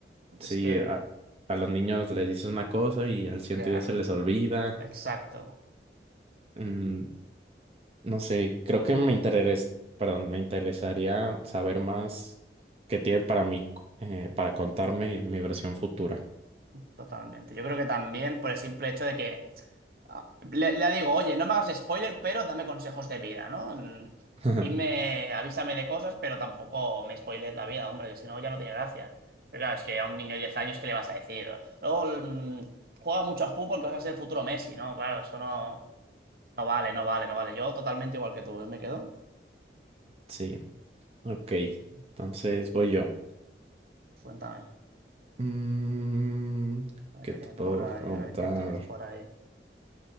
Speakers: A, on the right; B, on the right.
A: Sí,
B: es que...
A: a- a los niños les dices una cosa y al siguiente
B: Ya.
A: día se les olvida.
B: Exacto,
A: Mm, no sé, creo que me interes- perdón, me interesaría saber más qué tiene para mí, eh, para contarme mi versión futura.
B: totalmente. Yo creo que también por el simple hecho de que ah, le, le digo, oye, no me hagas spoiler, pero dame consejos de vida, ¿no? Mm,
A: <laughs>
B: Dime, avísame de cosas, pero tampoco me spoiles la vida, hombre, que si no ya no tiene gracia. Pero claro, es que a un niño de 10 años, ¿qué le vas a decir? Luego, mm, juega mucho al fútbol, que vas a ser el futuro Messi, ¿no? Claro, eso no, no vale, no vale, no vale. Yo totalmente igual que tú, ¿eh? ¿me quedo?
A: Sí, ok. Entonces voy yo.
B: Cuéntame,
A: Mm,
B: a ver
A: ¿qué
B: qué
A: te
B: tienes
A: puedo
B: por ahí,
A: preguntar?
B: a ver qué tienes por ahí.